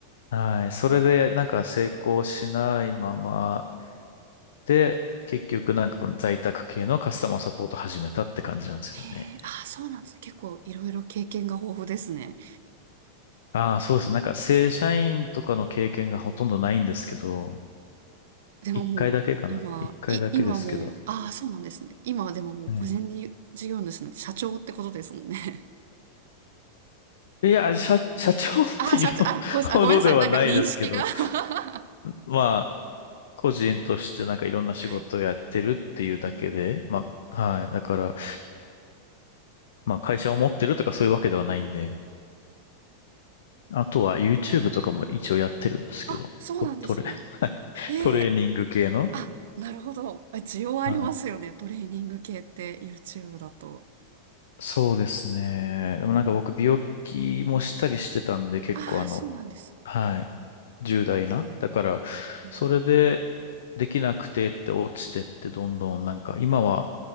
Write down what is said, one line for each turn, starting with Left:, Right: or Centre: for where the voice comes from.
Left: はい。それでなんか成功しないままで、結局なんかこの在宅系のカスタマーサポート始めたって感じなんですよね。
Right: へえ、ああ、そうなんですね。結構いろいろ経験が豊富ですね。
Left: ああ、そうですね。なんか正社員とかの経験がほとんどないんですけど、
Right: でももう今、
Left: 一回だけかな。一回だけですけど。
Right: い、今もう、ああ、そうなんですね。今はでももう個人に事業主なんて社長ってことですもんね。
Left: はいいや、社、社長っていう
Right: <laughs> ああ、社長、あ、ごめんあ、
Left: ほどではないですけど、
Right: ごめんなさい。なんか認識が <laughs>
Left: ま個人としてなんかいろんな仕事をやってるっていうだけで、
Right: はい。うーん
Left: まあ、はい。だから、まあ会社を持ってるとかそういうわけではないんで、あとは YouTube とかも一応やってるんですけど、
Right: あ、そうなんですね。
Left: トトレ、<laughs>
Right: ええ
Left: トレーニング系の。
Right: あ、なるほど。あ需要ありますよね。
Left: はい。
Right: トレーニング系って YouTube だと。
Left: そうですね。でもなんか僕病気もしたりしてたんで結構あの、
Right: ああ、そうなんですね。
Left: はい。重大な。だから、
Right: うーん。
Left: それでできなくてって落ちてってどんどんなんか今は、